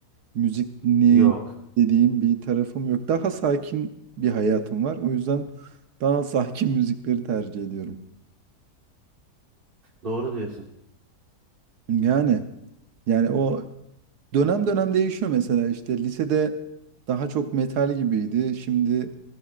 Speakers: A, on the right (about 75°); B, on the right (about 35°).
A: müzik dinleyeyim
B: Yok.
A: dediğim bir tarafım yok. Daha sakin bir hayatım var. O yüzden daha <laughs> sakin müzikleri tercih ediyorum.
B: Doğru diyorsun.
A: Yani yani o Dönem dönem değişiyor mesela işte lisede daha çok metal gibiydi. Şimdi